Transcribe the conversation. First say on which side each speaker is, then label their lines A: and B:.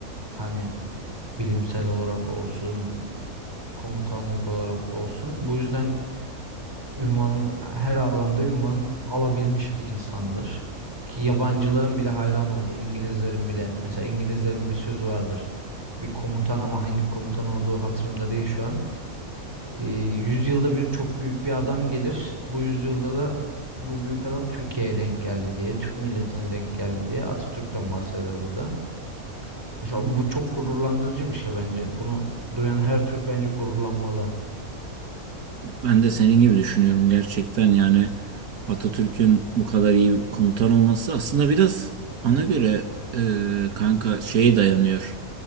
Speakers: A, on the right (about 15°); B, on the right (about 80°).
A: Hani bilimsel olarak olsun, komutanlık olarak olsun. Bu yüzden ünvan her alanda ünvan alabilmiş bir insandır. Ki yabancıların bile hayran oldu. İngilizlerin bile. Mesela İngilizlerin bir sözü vardır. Bir komutan ama hangi komutan olduğu hatırımda değil şu an. Ee, yüzyılda bir çok büyük bir adam gelir. Bu yüzyılda da bu büyük adam Türkiye'ye denk geldi diye, Türk milletine denk geldi diye Atatürk'ten bahseder burada. Mesela bu çok gururlandırıcı bir şey bence. Bunu duyan her Türk bence gururlanmalı.
B: Ben de senin gibi düşünüyorum gerçekten yani Atatürk'ün bu kadar iyi komutan olması aslında biraz bana göre e, kanka şeye dayanıyor.